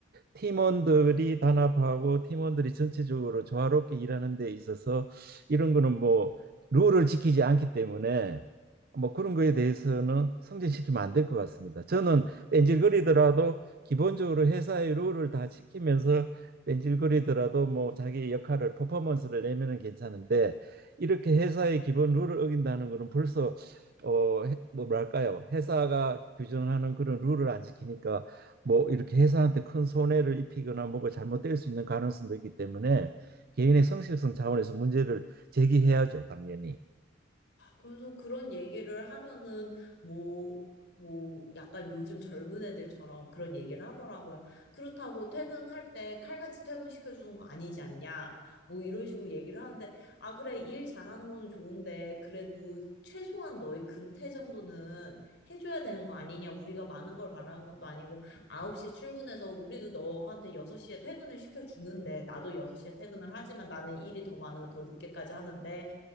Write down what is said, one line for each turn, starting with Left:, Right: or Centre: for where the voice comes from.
Right: 팀원들이 단합하고 팀원들이 전체적으로 조화롭게 일하는 데 있어서 이런 거는 뭐 룰을 지키지 않기 때문에 뭐 그런 거에 대해서는 승진시키면 안 될 것 같습니다. 저는 뺀질거리더라도 기본적으로 회사의 룰을 다 지키면서 뺀질거리더라도 뭐 자기 역할을 퍼포먼스를 내면은 괜찮은데 이렇게 회사의 기본 룰을 어긴다는 거는 벌써 어뭐 뭐랄까요 회사가 규정하는 그런 룰을 안 지키니까 뭐 이렇게 회사한테 큰 손해를 입히거나 뭐가 잘못될 수 있는 가능성도 있기 때문에 개인의 성실성 차원에서 문제를 제기해야죠 당연히
Left: 그래서 그런 얘기를 하면은 뭐, 뭐 약간 요즘 젊은 애들처럼 그런 얘기를 하더라고요. 그렇다고 퇴근할 때 칼같이 퇴근시켜 주는 거 아니지 않냐? 뭐 이런 식으로 얘기를 하는데 아 그래 일 잘하는 건 좋은데 그래도 최소한 너희 근태 정도는 해줘야 되는 거 아니냐? 우리가 많은 걸 바라는 것도 아니고 9시 출근해서 우리도 너한테 6시에 퇴근을 시켜 주는데 나도 6시에 퇴근을 하지만 나는 일이 더 많으면 더 늦게까지 하는데